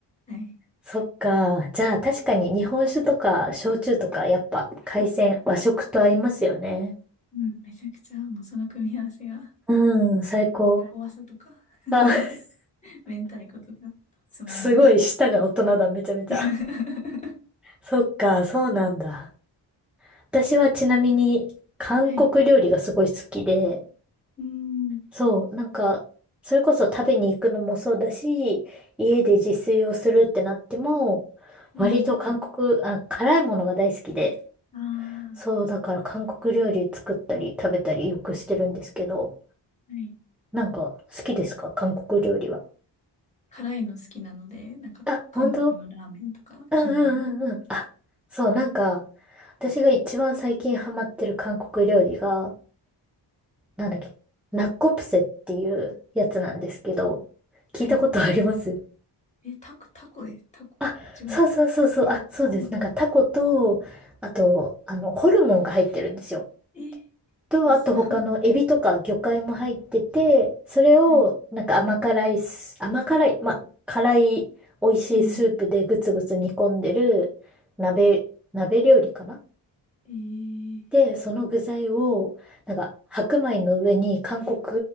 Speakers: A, on the left; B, in the centre.
A: はい。
B: そっか。じゃあ、確かに日本酒とか、焼酎とか、やっぱ、海鮮、和食と合いますよね。
A: うん、めちゃくちゃ、もうその組み合わせが、
B: うん、最高。
A: タコワサとか、<laughs>
B: あ、<laughs>
A: 明太子とか、つまみに。
B: すごい舌が大人だ、めちゃめちゃ。
A: <laughs>
B: そっか、そうなんだ。私はちなみに韓国料理がすごい好きで、
A: はい。うん。
B: そう、なんか、それこそ食べに行くのもそうだし、家で自炊をするってなっても、
A: うん。
B: 割と韓国、あ、辛いものが大好きで、
A: あ
B: そう、だから韓国料理作ったり食べたりよくしてるんですけど、
A: あ、はい。
B: なんか好きですか韓国料理は。
A: 辛いの好きなので、なんか、
B: あ、本当
A: 韓国のラーメンとか気になります。
B: うんうんうんうん。あ、そう、なんか、私が一番最近ハマってる韓国料理が、なんだっけ、ナッコプセっていうやつなんですけど、聞いたことあります
A: はい。え、タコ、タコで、タコ違う。
B: あ、そうそうそうそう、あ、そうです。
A: うん
B: なんかタコと、あと、あの、ホルモンが入ってるんですよ。
A: え
B: と、
A: 美味しそう。
B: あと他のエビとか魚介も入ってて、それを、
A: はい。
B: なんか甘辛いス、甘辛い、ま、辛い美味しいスープでぐつぐつ煮込んでる鍋、
A: うん。
B: 鍋料理かな
A: えー、
B: で、その具材を、なんか、白米の上に韓国